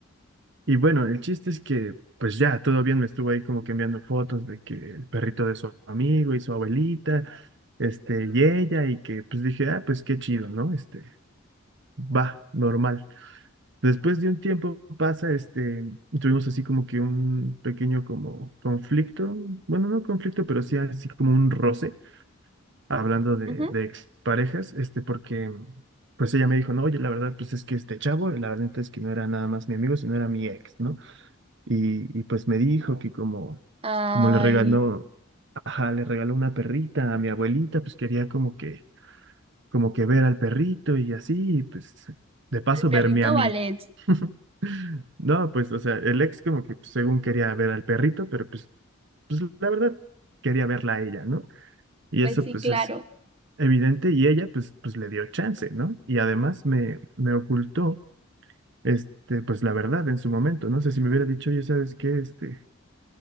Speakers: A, on the right; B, on the right.
A: Y bueno, el chiste es que, pues ya, todo bien, me estuvo ahí como que enviando fotos de que el perrito de su amigo y su abuelita, este, y ella, y que pues dije, ah, pues qué chido, ¿no? Este, va, normal. Después de un tiempo pasa, este, y tuvimos así como que un pequeño como conflicto, bueno, no conflicto, pero sí así como un roce, hablando de,
B: Ujú.
A: de exparejas, este, porque pues ella me dijo, no, oye, la verdad, pues es que este chavo, la verdad es que no era nada más mi amigo, sino era mi ex, ¿no? Y, y pues me dijo que como,
B: Ay,
A: como le regaló, ajá, le regaló una perrita a mi abuelita, pues quería como que, como que ver al perrito y así, y pues de paso
B: al perrito
A: verme a mí.
B: ballet.
A: <laughs> No, pues, o sea, el ex como que pues, según quería ver al perrito, pero pues, pues la verdad quería verla a ella, ¿no? Y
B: Pues
A: eso
B: sí,
A: pues
B: claro.
A: es evidente y ella pues, pues le dio chance, ¿no? Y además me, me ocultó, este, pues la verdad en su momento, no sé si me hubiera dicho, oye, ¿sabes qué? Este